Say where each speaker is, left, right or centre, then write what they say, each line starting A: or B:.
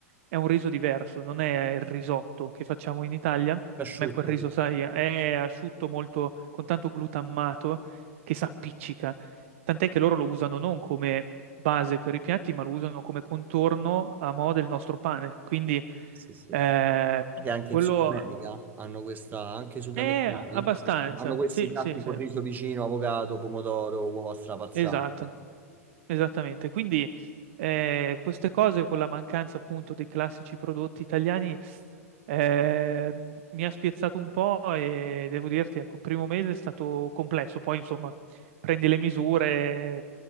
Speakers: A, on the right; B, on the right.
A: è un riso diverso, non è il risotto che facciamo in Italia,
B: asciutto.
A: ma è quel riso, sai, è asciutto molto, con tanto glutammato che si appiccica, tant'è che loro lo usano non come base per i piatti, ma lo usano come contorno a mo' del nostro pane, quindi...
B: Sì, sì.
A: Eh,
B: Che anche
A: quello
B: in Sud America hanno questa, anche i sudamericani
A: è abbastanza,
B: hanno questi
A: sì,
B: piatti
A: sì, sì,
B: con riso vicino, avocado, pomodoro, uova strapazzate.
A: esatto. Esattamente, quindi eh, queste cose con la mancanza appunto dei classici prodotti italiani eh, m- mi ha spiazzato un po' e devo dirti, ecco, il primo mese è stato complesso, poi insomma prendi le misure,